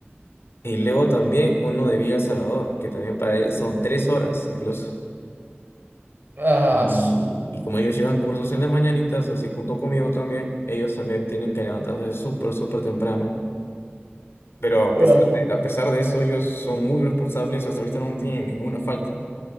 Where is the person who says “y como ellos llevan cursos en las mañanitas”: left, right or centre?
Left